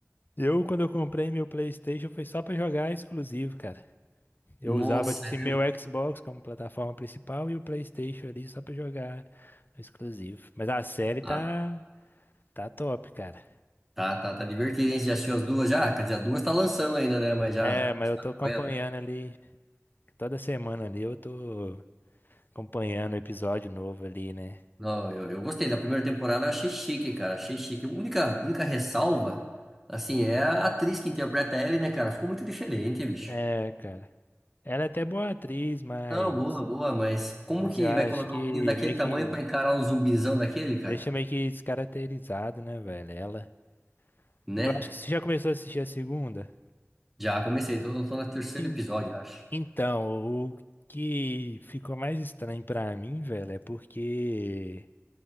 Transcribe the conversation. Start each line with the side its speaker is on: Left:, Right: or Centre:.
Left: Eu, quando eu comprei meu PlayStation, foi só pra jogar exclusivo, cara. Eu
Centre: Nossa,
Left: usava, tipo assim,
Centre: é mesmo?
Left: meu Xbox como plataforma principal e o PlayStation ali só pra jogar exclusivo. Mas a série tá,
Centre: Ah,
Left: tá top, cara.
Centre: tá, tá, tá divertido, hein? Você já assistiu as duas já? Quer dizer, as duas tá lançando ainda, né? Mas já.
Left: É, mas
Centre: está
Left: eu tô
Centre: tá acompanhando?
Left: acompanhando ali, toda semana ali eu tô acompanhando o episódio novo ali, né?
Centre: Não, eu, eu gostei da primeira temporada, eu achei chique, cara, achei chique. A única, única ressalva, assim, é a atriz que interpreta ela, né, cara? Ficou muito diferente, bicho.
Left: É, cara. Ela é até boa atriz, mas.
Centre: Não, boa, boa, mas como
Left: Mas
Centre: que
Left: eu acho
Centre: vai colocar
Left: que
Centre: um menino daquele
Left: meio
Centre: tamanho
Left: que
Centre: pra encarar um zumbizão daquele, cara?
Left: Deixa meio que descaracterizado, né, velho? Ela.
Centre: Né?
Left: E Eu acho que você já começou a assistir a segunda.
Centre: Já comecei, tô, tô no terceiro
Left: Sim.
Centre: episódio, eu acho.
Left: Então, o que ficou mais estranho pra mim, velho, é porque.